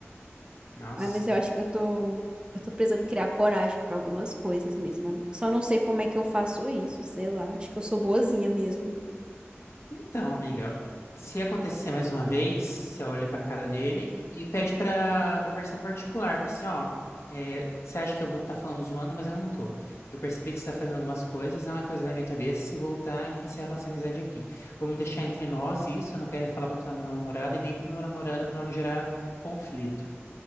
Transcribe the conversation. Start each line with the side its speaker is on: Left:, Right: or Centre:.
Left: Nossa.
Right: Ai, mas eu acho que eu tô, eu tô precisando criar coragem pra algumas coisas mesmo. amigo. Só não sei como é que eu faço isso, sei lá. Acho que eu sou boazinha mesmo.
Left: Então, amiga, se acontecer mais uma vez, você olha pra cara dele e pede pra conversar particular. Fala assim, ó, é, você acha que eu vou estar falando zoando, mas eu não tô. Eu percebi que você tá fazendo algumas coisas, não é coisa da minha cabeça. Se voltar, a gente encerra nossa amizade aqui. Vamos deixar entre nós isso, eu não quero falar pra tua namorada e nem pro meu namorado pra não gerar conflito.